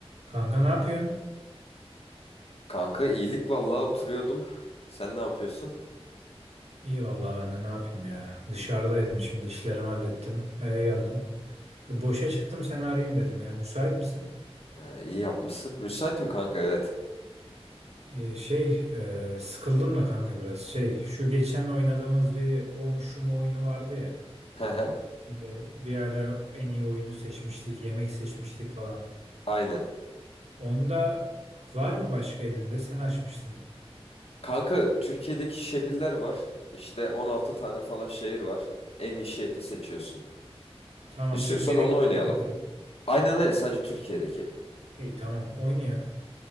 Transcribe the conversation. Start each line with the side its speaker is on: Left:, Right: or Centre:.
Right: Kanka ne yapıyorsun?
Left: Kanka iyilik vallahi oturuyordum. Sen ne yapıyorsun?
Right: İyi vallahi ben de ne yapayım ya. Dışarıdaydım şimdi işlerimi hallettim. Eve geldim. E, boşa çıktım seni arayayım dedim ya. Müsait misin?
Left: Ha, iyi yapmışsın. Müsaitim kanka evet.
Right: E, şey e, sıkıldım da kanka biraz. Şey şu geçen oynadığımız bir o mu şu mu oyunu vardı ya.
Left: Hı hı,
Right: E, bir ara en iyi oyunu seçmiştik. Yemek seçmiştik falan.
Left: Aynen.
Right: Onda var mı başka elinde? Sen açmıştın.
Left: Kanka Türkiye'deki şehirler var. İşte 16 tane falan şehir var. En iyi şehri seçiyorsun.
Right: Tamam
Left: İstiyorsan
Right: Türkiye'deki
Left: onu oynayalım.
Right: şeyler değil mi?
Left: Aynen öyle sadece Türkiye'deki.
Right: İyi tamam oynayak.